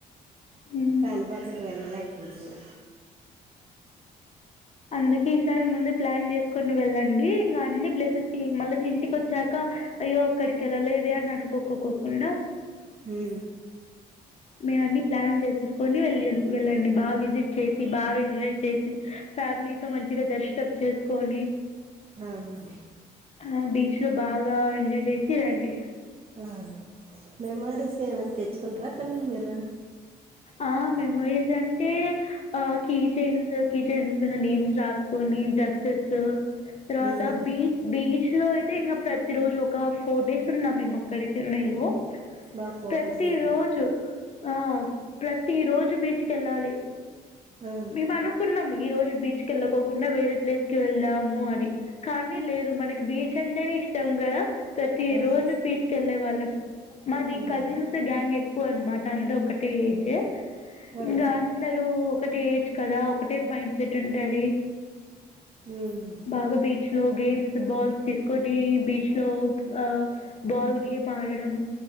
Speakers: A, on the left; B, on the right.
A: హ్మ్
B: కానిపాకంకి వెళ్లలేకపోతిమీ
A: అందుకే ఈసారి ముందే ప్లాన్ చేసుకోని వెళ్ళండి ఇంకా అన్ని ప్లేసెస్ కి మళ్లతి ఇంటికి వచ్చాక అయ్యో అక్కడికి వెళ్లలేదే అని అనుకోకొకుండా
B: హు
A: మీరు అన్ని ప్లాన్ చేసేసుకొని వెళ్ళి వెళ్ళండి బాగా విజిట్ చేసి బాగా ఎంజాయ్ చేసి ఫ్యామిలీతో మంచిగా దర్శనం చేసుకొని
B: ఆవును
A: ఆ బీచ్ లో బాగా ఎంజాయ్ చేసి రండి
B: అవును మెమోరీస్గా ఏమన్న తెచ్చుకుంటారా అక్కడి నుండి మీరు
A: ఆ మెమొరీస్ అంటే ఆ కీచైన్స్ కిచైన్స్ మీద నేమ్స్ రాసుకోని ఇం డసెసు తర్వాత
B: హ్మ్
A: బీచ్ బీచ్ లో అయితే ఇంకా ప్రతి రోజు ఒక ఫోర్ డేస్ ఉన్నా మేము అక్కడే చెన్నై లో
B: బాగా ఫొటోస్
A: ప్రతీ
B: ఇవి
A: రోజు ఆ ప్రతీ రోజు బీచ్కి వెళ్ళాలి
B: ఆ
A: మేము అనుకున్నాం ఈ రోజు బీచ్ కెళ్ళకోకుండా వేరే ప్లేస్ కి వెళ్దాము అని కానీ లేదు మనకి బీచ్ అంటేనే ఇష్టం కదా ప్రతి
B: అవును
A: రోజు బీచ్కి వెళ్ళే వాళ్ళం మాది
B: హ్మ్
A: కజిన్స్ గ్యాంగ్ ఎక్కువ అనమాట అంద ఒక టేజ
B: ఆ
A: ఇంకా అందరు ఒక టేజ్ కదా ఒకటే మైండ్ సెట్ ఉంటాది
B: హ్మ్
A: బాగా బీచ్ లో గేమ్స్ బాల్స్ తీసుకొని బీచ్ లో ఆ బాల్ గేమ్ ఆడడం